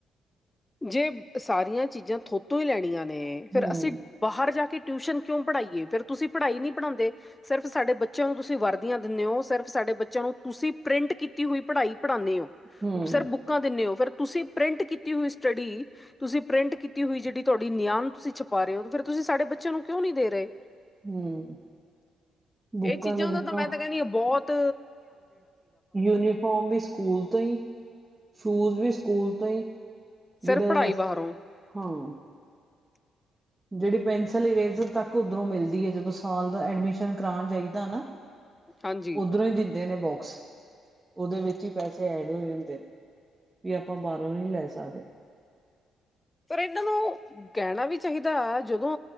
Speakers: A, on the left; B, on the right.
A: ਜੇ ਸਾਰੀਆਂ ਚੀਜ਼ਾਂ ਥੋਤੋ ਈ ਲੈਣੀਆਂ ਨੇ, ਫਿਰ
B: ਹੂੰ
A: ਅਸੀਂ ਬਾਹਰ ਜਾ ਕੇ ਟਿਊਸ਼ਨ ਕਿਉਂ ਪੜ੍ਹਾਈਏ, ਫਿਰ ਤੁਸੀਂ ਪੜ੍ਹਾਈ ਨੀ ਪੜਾਉਂਦੇ ਸਿਰਫ ਸਾਡੇ ਬੱਚਿਆਂ ਨੂੰ ਤੁਸੀਂ ਵਰਦੀਆਂ ਦਿੰਨੇ ਓ, ਸਿਰਫ ਸਾਡੇ ਬੱਚਿਆਂ ਨੂੰ ਤੁਸੀਂ, ਪ੍ਰਿੰਟ ਕੀਤੀ ਹੋਈ ਪੜ੍ਹਾਈ ਪੜ੍ਹਾਨੇ ਓ
B: ਹੂੰ
A: ਸਰ ਬੁੱਕਾਂ ਦਿੰਨੇ ਓ, ਫਿਰ ਤੁਸੀਂ ਪ੍ਰਿੰਟ ਕੀਤੀ ਹੋਈ ਸਟੱਡੀ ਤੁਸੀਂ ਪ੍ਰਿੰਟ ਕੀਤੀ ਹੋਈ ਜਿਹੜੀ ਤੁਹਾਡੀ ਨਿਆਮਤ, ਤੁਸੀਂ ਛਪਾ ਰਹੇ ਓ, ਫਿਰ ਤੁਸੀਂ ਸਾਡੇ ਬੱਚਿਆ ਨੂੰ ਕਿਉਂ ਨੀ ਦੇ ਰਹੇ <inaudible>
B: ਹੂੰ ਬੁੱਕਾਂ
A: ਇਹ ਚੀਜ਼ਾਂ
B: ਤੇ ਬੁੱਕਾਂ
A: ਦਾ ਮੈਂ ਤਾਂ ਕਿਹਨੀ ਆ ਬੋਤ
B: ਯੂਨੀਫਾਰਮ ਵੀ, ਸਕੂਲ ਤੋਂ ਈ ਸ਼ੂਜ਼ ਵੀ, ਸਕੂਲ ਤੋਂ ਈ
A: ਸਿਰਫ
B: ਜੇੜਾ
A: ਪੜ੍ਹਾਈ ਬਾਹਰੋਂ
B: ਹਾਂ।
A: <inaudible> <inaudible>
B: ਜਿਹੜੀ ਪੈਨਸਿਲ-ਇਰੇਜ਼ਰ ਤੱਕ ਉਧਰੋਂ ਮਿਲਦੀ ਏ। ਜਦੋਂ ਸਾਲ ਦਾ ਐਡਮਿਸ਼ਨ ਕਰਾਣ, ਜਾਈਦਾ ਨਾ
A: ਹਾਂਜੀ
B: ਓਧਰੋਂ ਈ ਦਿੰਦੇ ਨੇ ਬੋਕਸ, ਉਦੇ ਵਿੱਚ ਈ ਪੈਸੇ ਐਡ ਹੋ ਜਾਂਦੇ ਆਂ ਏ ਆਪਾਂ ਬਾਹਰੋਂ ਨੀ ਲੈ ਸਕਦੇ।
A: ਫੇਰ ਏਨਾਂ ਨੂੰ ਕਹਿਣਾ ਵੀ ਚਾਹੀਦਾ ਜਦੋਂ